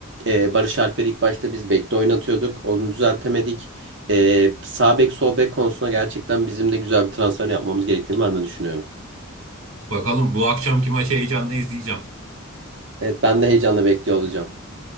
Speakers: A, on the right (about 60°); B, on the right (about 80°).
A: E, Barış Alper'i ilk başta biz bekte oynatıyorduk. Onu düzeltemedik. E, sağ bek sol bek konusunda gerçekten bizim de güzel bir transfer yapmamız gerektiğini ben de düşünüyorum.
B: Bakalım bu akşamki maçı heyecanla izleyeceğim.
A: Evet ben de heyecanla bekliyor olacağım.